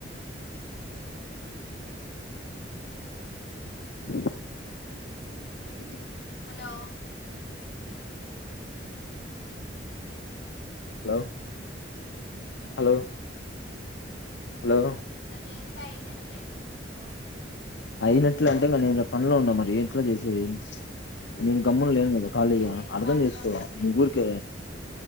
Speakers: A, on the left; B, on the left.
A: <unintelligible>
B: హలో
A: హలో హలో హలో
B: ఇట్ల చేస్తే అయినట్టే హలో
A: అయినట్లు అంటే ఇంగ నేను ఈడ పనులో ఉన్న మరి ఎట్ల చేసేది
B: అందుకే
A: నేను గమ్మన
B: ఈ
A: లేను
B: రోజు
A: కదా
B: వద్దులే
A: ఖాళీగా
B: రేపు
A: అర్ధం
B: ఖాళీగా
A: చేసుకో
B: ఉన్నప్పుడే చెయ్
A: ఊరికే